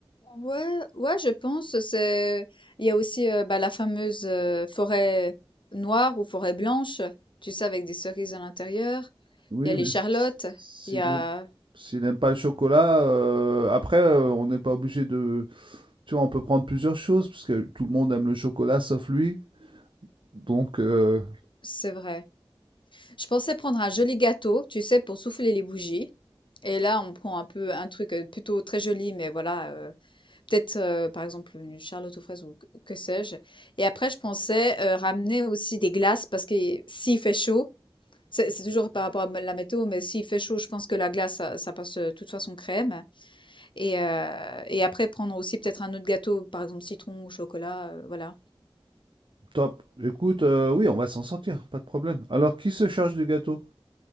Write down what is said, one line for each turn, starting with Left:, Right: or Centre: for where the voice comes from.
Left: Ouais, ouais, je pense. C'est, il y a aussi euh, bah, la fameuse euh, forêt noire ou forêt blanche, tu sais, avec des cerises à l'intérieur.
Right: oui,
Left: Il y a les
Right: mais
Left: charlottes.
Right: s s s'il
Left: Il y a,
Right: aime s'il aime pas le chocolat, heu, après, heu, on n'est pas obligé de Tu vois, on peut prendre plusieurs choses, parce que tout le monde aime le chocolat sauf lui. Donc, euh,
Left: c'est vrai. Je pensais prendre un joli gâteau, tu sais, pour souffler les bougies. Et là, on prend un peu un truc euh, plutôt très joli, mais voilà, euh, peut-être euh, par exemple une charlotte aux fraises ou que que sais-je. Et après, je pensais euh, ramener aussi des glaces parce que s'il fait chaud. C'est c'est toujours par rapport à la météo, mais s'il fait chaud, je pense que la glace, ça, ça passe euh, toute façon crème. Et, euh, et après, prendre aussi peut-être un autre gâteau, par exemple citron ou chocolat, euh, voilà.
Right: top. Écoute, euh, oui, on va s'en sortir, pas de problème. Alors, qui se charge du gâteau?